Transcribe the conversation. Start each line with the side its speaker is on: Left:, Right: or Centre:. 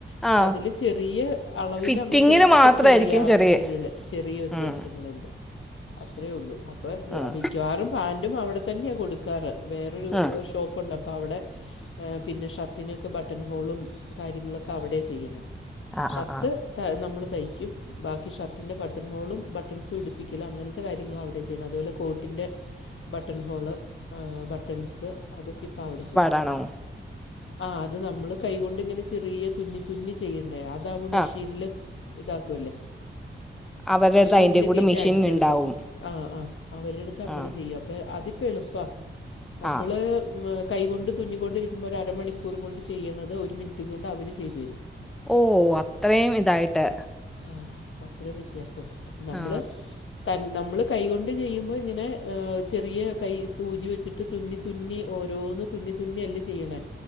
Left: പഷേ
Centre: ആ
Left: അതില് ചെറിയ അളവില്
Centre: ഫിറ്റിങ്ങിന്
Left: അങ്ങോട്ടും ഇങ്ങോട്ടുവൊക്കെ
Centre: മാത്രമായിരിക്കും
Left: ചെറിയാ
Centre: ചെറിയ
Left: ഫിറ്റിങ്ങില് ചെറിയ വ്യത്യാസങ്ങളുണ്ട്
Centre: ഉം,
Left: അത്രേയൊള്ളൂ അപ്പം
Centre: ഉം,
Left: മിക്കവാറും പാന്റും അവിടെത്തന്നെയാ കൊടുക്കാറ് വേറൊരു
Centre: ഉം.
Left: ഷോപ്പുണ്ട് അപ്പോ അവിടെ ഏഹ് പിന്നെ ഷർട്ടിനൊക്കെ ബട്ടൺ ഹോളും കാര്യങ്ങളൊക്കെ അവിടെയാ ചെയ്യണെ
Centre: ആ
Left: ഷർത്ത്
Centre: ആ ആ
Left: ത്ത് നമ്മള് തയ്ക്കും ബാക്കി ഷർട്ടിൻ്റെ ബട്ടൺ ഹോളും ബട്ടൺസ് പിടിപ്പിക്കല് അങ്ങനത്തെ കാര്യങ്ങളാ അവിടെ ചെയ്യണെ അതുപോലെ കോട്ടിൻ്റെ ബട്ടൺ ഹോള് ആഹ് ബട്ടൻസ് അതൊക്കെ ഇപ്പം അവിടെ കൊടു
Centre: ആണോ
Left: ആഹ് അത് നമ്മള് കൈകൊണ്ട് ഇങ്ങനെ ചെറിയ തുന്നി തുന്നി ചെയ്യണ്ടേ അതാവുമ്പോ മെഷീനില്
Centre: ആ
Left: ഇതാക്കുവല്ലേ
Centre: അവരുടെ
Left: മെഷീനില്
Centre: അടുത്ത് അതിൻ്റെ കൂടെ
Left: കേറ്റി
Centre: മെഷീൻ
Left: അടിച്ചെടുക്ക
Centre: ഉണ്ടാവും
Left: ആഹ് ആഹ് അവരെടുത്ത് അങ്ങനെ
Centre: ആ
Left: ചെയ്യും അപ്പേ അതിപ്പെ എളുപ്പാ നമ്മള്
Centre: ആ
Left: മ്മ് കൈ കൊണ്ട് തുന്നിക്കൊണ്ടിരി ക്കുന്നൊരരമണിക്കൂർ കൊണ്ട് ചെയ്യണത് ഒരു മിനിറ്റും കൊണ്ട് അവര് ചെയ്ത് തരും
Centre: ഓഹ് അത്രയും ഇതായിട്ട്
Left: ആഹ് അത്രയും വ്യത്യാസുണ്ട് ച്ച് നമ്മള്
Centre: ആ
Left: തൻ നമ്മള് കൈകൊണ്ട് ചെയ്യുമ്പോ ഇങ്ങനെ എഹ് ചെറിയ കൈ സൂചി വെച്ച് ട്ട് തുന്നി തുന്നി ഓരോന്ന് തുന്നി തുന്നി അല്ലേ ചെയ്യണേ